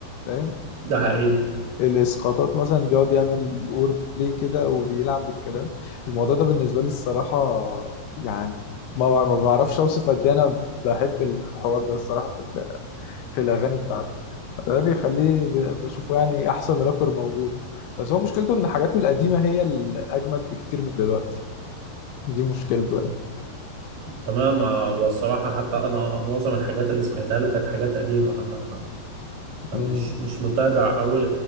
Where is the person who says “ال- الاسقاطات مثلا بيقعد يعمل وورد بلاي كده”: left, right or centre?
Left